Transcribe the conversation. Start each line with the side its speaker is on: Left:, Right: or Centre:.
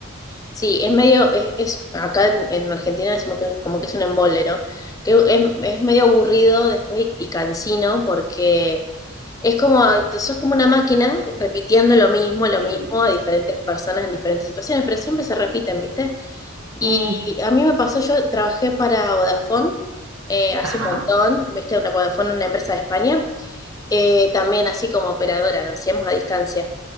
Left: Sí, es medio, es, es- acá en, en Argentina decimos que es como que es un embole, ¿no? Que es, es medio aburrido después y, y cansino porque es como, sos como una máquina repitiendo lo mismo, lo
Right: Sí.
Left: mismo a diferentes personas en diferentes situaciones, pero siempre se repiten, ¿viste? Y
Right: Mm,
Left: a mí me pasó, yo trabajé para Vodafone eh, hace
Right: ajá.
Left: un montón, viste, una Vodafone, una empresa de España, eh, también así como operadora, lo hacíamos a distancia.